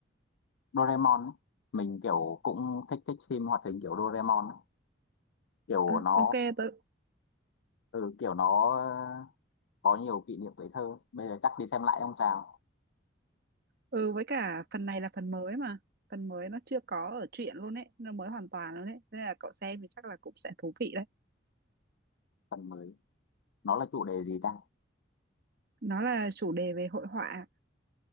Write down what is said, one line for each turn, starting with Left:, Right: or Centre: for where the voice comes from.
Left: Doraemon ấy. Mình kiểu cũng thích thích phim hoạt hình kiểu Doraemon ấy. Kiểu
Right: Ờ,
Left: nó
Right: ok tớ
Left: ừ, kiểu nó ờ, có nhiều kỷ niệm tuổi thơ. Bây giờ chắc đi xem lại ông sao?
Right: ừ với cả phần này là phần mới mà. Phần mới nó chưa có ở truyện luôn ấy, nó mới hoàn toàn luôn ấy. Thế Nên là cậu xem thì chắc là cũng sẽ thú vị đấy.
Left: Phần mới. Nó là chủ đề gì ta?
Right: Nó là chủ đề về hội họa.